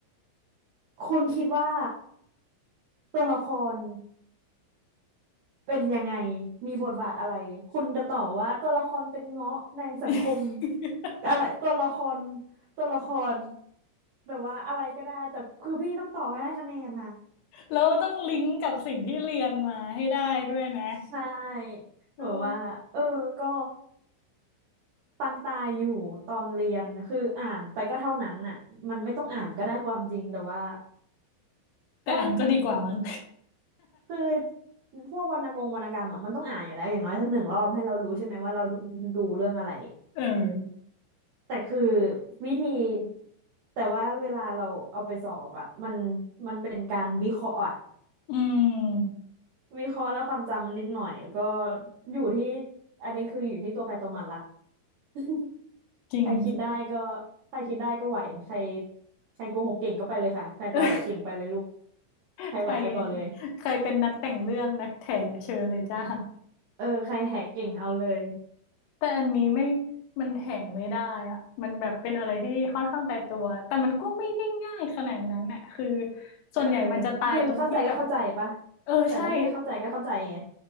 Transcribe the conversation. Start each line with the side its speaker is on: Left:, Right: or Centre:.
Right: คุณคิดว่าตัวละครเป็นยังไง มีบทบาทอะไรคุณจะตอบว่าตัวละครเป็นเงาะในสังคม
Left: <laughs>
Right: อะไร ตัวละคร ตัวละครแบบว่าอะไรก็ได้แต่คือพี่ต้องตอบให้ได้คะแนนนะ
Left: แล้วต้องลิงก์กับสิ่งที่เรียนมาให้ได้ด้วยนะ
Right: ใช่
Left: เออ
Right: แบบว่าเออก็ปังตายอยู่ตอนเรียนคืออ่านไปก็เท่านั้นน่ะมันไม่ต้องอ่านก็ได้ความจริงแต่ว่า
Left: แต่อ่านก็ดีกว่ามั้ง
Right: เออ คือพวกวรรณกงวรรณกรรมอ่ะมันต้องอ่านอยู่แล้วอย่างน้อยสักหนึ่งรอบให้เรารู้ใช่ไหมว่าเราดูดูเรื่องอะไร
Left: <laughs> เออ
Right: แต่คือวิธีแต่ว่าเวลาเราเอาไปสอบอ่ะมันมันเป็นการวิเคราะห์อะ
Left: อืม
Right: วิเคราะห์แล้วความจำนิดหน่อยก็อยู่ที่อันนี้คืออยู่ที่ตัวใครตัวมันละ <laughs>
Left: จริงจริง
Right: ใครคิดได้ก็ใครคิดได้ก็ไหวใครใครโกหกเก่งก็ไปเลยค่ะใครตอแหลเก่งไปเลยลูก
Left: <laughs>
Right: ใครไหวไปก่อนเลย
Left: ใครใครเป็นนักแต่งเรื่องนักแถเชิญเลยจ้า
Right: เออใครแหกเก่งเอาเลย
Left: แต่อันนี้ไม่มันแถไม่ได้อ่ะมันแบบเป็นอะไรที่ค่อนข้างตายตัว แต่มันก็ไม่ได้ง่ายขนาดนั้นน่ะคือ
Right: เออ
Left: ส่วนใหญ่มันจะตายตรงที่แบบ
Right: คือเข้าใจก็เข้าใจปะ
Left: เออใช่
Right: แต่ละพี่เข้าใจก็เข้าใจไง